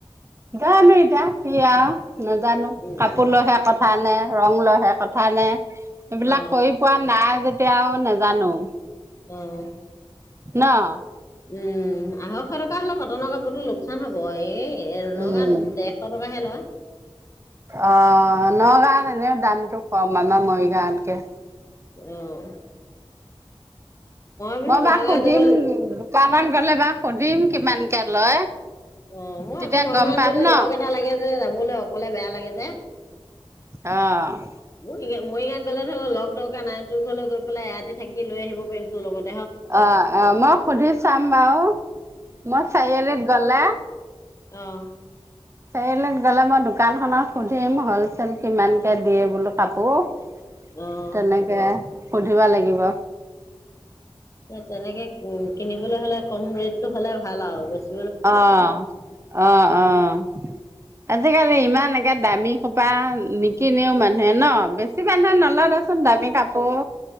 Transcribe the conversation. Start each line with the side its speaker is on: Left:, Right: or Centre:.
Right: জানো এতিয়া কি আৰু নাজানো
Left: উম
Right: কাপোৰ লৈহে- কথা নে ৰং লৈহে কথা নে? সেইবিলাক
Left: অ
Right: কৰি পোৱাত- নাই যেতিয়া আও নাজানো।
Left: অঁ'।
Right: ন?
Left: উম' আঢ়ৈশ টকা হ'লো কটনৰ কাপোৰতো লোকচান হব, এই- এ নগাঁ
Right: উম
Left: গাওঁত ডেৰশ টকাহে লয়।
Right: অঁ নগাঁৱত সেনেকে দামতো কম আমাৰ মৰিগাঁৱতকে।
Left: অঁ'। বোলো
Right: মই বা
Left: নগাঁৱত
Right: সুধিম
Left: যাব
Right: দোকানত গ'লে বা সুধিম কিমানকে লয়?
Left: অঁ মই
Right: তেতিয়া
Left: আকৌ নগাঁৱত
Right: গম পাম
Left: গলে
Right: ন
Left: লগ এটা লাগে যে যাবলে অকলে বেয়া লাগে যে।
Right: অঁ'।
Left: মৰিগা মৰিগাঁত গ'লে ধৰি ল লগ দৰকাৰ নাই তোৰ ঘৰলে গৈ পেলাই এৰাতি থাকি লৈ আহিব পাৰিম তোৰ লগত।
Right: অঁ অঁ মই সুধি চাম বাৰু মই চাৰিআলিত গলে।
Left: অঁ'।
Right: চাৰি আলিত গ'লে মই দোকানখনত সুধিম হলচেল কিমানকে দিয়ে বোলো কাপোৰ।
Left: অ
Right: তেনেকে সুধিব লাগিব।
Left: এ তেনেকে উম কিনিবলৈ হ'লে কম ৰেটটো হলে ভাল আৰু বেছ-
Right: অঁ অঁ অঁ। আজিকালি ইমান একে দামী খোপা নিকিনেও মানুহে ন বেছ- ছি মানুহে নলয় দেচোন দামি কাপোৰ।